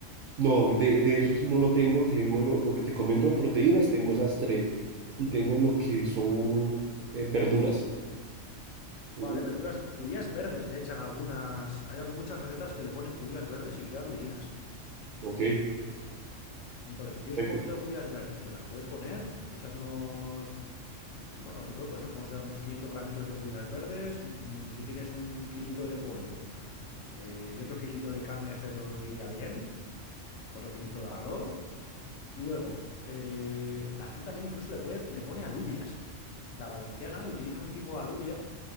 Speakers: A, on the right; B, on the left.
A: No, de, de eso sí no lo tengo. Tengo lo, lo que te comento de proteínas, tengo esas tres. Y tengo lo que son eh, verduras. Uh,
B: Vale, verduras, judías verdes le echan algunas. Hay muchas recetas que le ponen judías verdes y quedan divinas.
A: ok,
B: Entonces, si tienes
A: perfecto.
B: un poquito de judías verdes, se las puedes poner, le echas unos. Bueno, te puede- puedes considerar unos 500 gramitos de judías verdes. mm, Si tienes un kilito de pollo eh, y otro kilito de carne de cerdo iría bien. Otro kilito de arroz. Luego, eh, la gente también incluso le puede, le pone alubias. La valenciana le utilizan un tipo de alubia